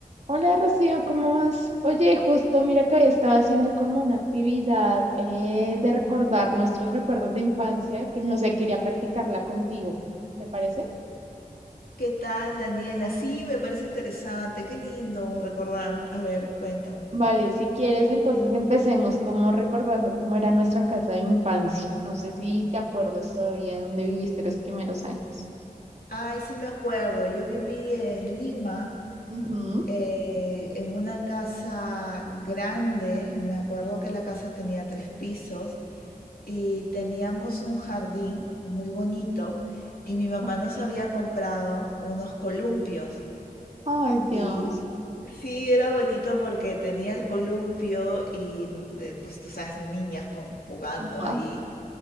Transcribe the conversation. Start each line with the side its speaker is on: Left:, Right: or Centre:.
Right: Hola Rocío, ¿cómo vas? Oye, justo mira que hoy estaba haciendo como una actividad eh, de recordar nuestros recuerdos de infancia, que no sé, quería practicarla contigo, ¿te parece?
Left: ¿Qué tal, Daniela? Sí, me parece interesante, qué lindo recordar. A ver, cuéntame.
Right: Vale, si quieres, entonces empecemos como recordando cómo era nuestra casa de infancia. No sé si te acuerdas todavía dónde viviste los primeros años.
Left: Ay, sí me acuerdo, yo viví en Lima,
Right: Ujú.
Left: eh, en una casa grande, me acuerdo que la casa tenía tres pisos y teníamos un jardín muy bonito y mi mamá
Right: Ok,
Left: nos había
Right: ok.
Left: comprado unos columpios
Right: Ay, Dios.
Left: y Sí, era bonito porque tenía el columpio y eh, pues tú sabes, niñas con, jugando
Right: Ajá.
Left: ahí.